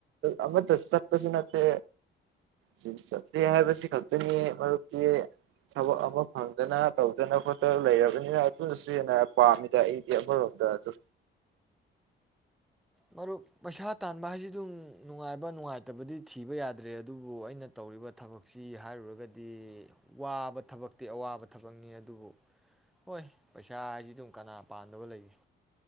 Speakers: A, on the right; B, in the centre.
A: ꯑꯃꯠꯇ ꯆꯠꯄꯁꯨ ꯅꯠꯇꯦ ꯆꯠ ꯆꯠꯇꯦ ꯍꯥꯏꯕꯁꯤ ꯈꯛꯇꯅꯤ ꯃꯔꯨꯞꯇꯤ ꯊꯕꯛ ꯑꯃ ꯐꯪꯗꯅ ꯇꯧꯗꯅ ꯈꯣꯠꯇꯅ ꯂꯩꯔꯕꯅꯤꯅ ꯑꯗꯨꯅꯁꯨ ꯍꯦꯟꯅ ꯄꯥꯝꯃꯤꯗ ꯑꯩꯗꯤ ꯑꯩꯃꯔꯣꯝꯗ ꯑꯗꯨ
B: ꯃꯔꯨꯞ ꯄꯩꯁꯥ ꯇꯥꯟꯕ ꯍꯥꯏꯁꯤ ꯑꯗꯨꯝ ꯅꯨꯡꯉꯥꯏꯕ ꯅꯨꯡꯉꯥꯏꯇꯕꯗꯤ ꯊꯤꯕ ꯌꯥꯗ꯭ꯔꯦ ꯑꯗꯨꯕꯨ ꯑꯩꯅ ꯇꯧꯔꯤꯕ ꯊꯕꯛꯁꯤ ꯍꯥꯏꯔꯨꯔꯒꯗꯤ ꯋꯥꯕ ꯊꯕꯛꯇꯤ ꯑꯋꯥꯕ ꯊꯕꯛꯅꯤ ꯑꯗꯨꯕꯨ ꯍꯣꯏ ꯄꯩꯁꯥ ꯍꯥꯏꯁꯤ ꯑꯗꯨꯝ ꯀꯅꯥ ꯄꯥꯝꯗꯕ ꯂꯩꯒꯦ